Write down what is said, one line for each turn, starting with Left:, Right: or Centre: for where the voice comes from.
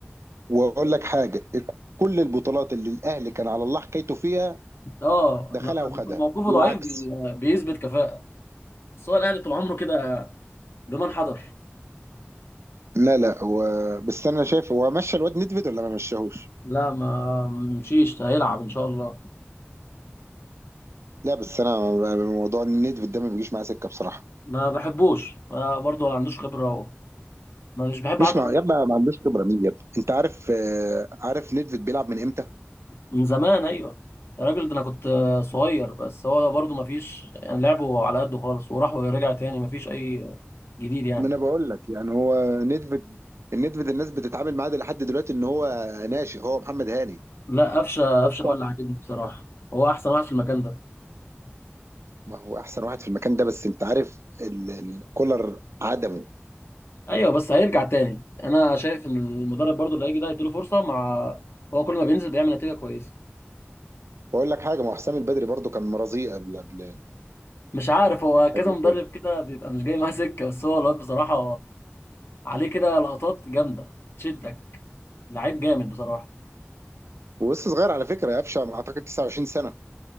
Right: واقول لك حاجه كل البطولات اللي الاهلي كان على الله حكايته فيها
Left: اه
Right: دخلها
Left: لما
Right: وخدها
Left: بيكون موقفه
Right: والعكس
Left: ضعيف بي... بيثبت كفاءه بس هو الاهلي طول عمره كده بمن حضر
Right: لا لا هو بس انا شايف هو مشى الواد ندفد ولا ما مشاهوش
Left: لا ما مشيش هيلعب ان شاء الله
Right: لا بس انا موضوع ندفد ده ما بيجيش معايا سكه بصراحه
Left: ما بحبوش آه برضه ما عندوش خبره و... ما مش بحب
Right: مش
Left: حتى
Right: مع يا ما عندوش خبره مين يا انت عارف آه، عارف ندفد بيلعب من امتى؟
Left: من زمان ايوه يا راجل ده انا كنت آه، صغير بس هو برضه ما فيش يعني لعبه على قده خالص وراح ورجع تاني ما فيش اي جديد يعني
Right: ما انا بقول لك يعني هو ندفد الندفد الناس بتتعامل معاه ده لحد دلوقتي ان هو ناشئ هو محمد هاني
Left: لا قفشه
Right: بس
Left: قفشه هو اللي عاجبني بصراحه هو احسن واحد في المكان ده
Right: ما هو احسن واحد في المكان ده بس انت عارف ال- ال- كولر عدمه
Left: ايوه بس هيرجع تاني انا شايف ان المدرب برضه اللي هيجي ده هيديله فرصه مع هو كل ما بينزل بيعمل نتيجه كويسه
Right: بقول لك حاجه ما هو حسام البدري برضو كان مرازيه قبل قبل
Left: مش عارف هو
Right: قبل
Left: كذا مدرب
Right: كولر
Left: كده بيبقى مش جاي معاه سكه بس هو الواد بصراحه عليه كده لقطات جامده تشدك لعيب جامد بصراحه
Right: ولسه صغير على فكره قفشه اعتقد 29 سنه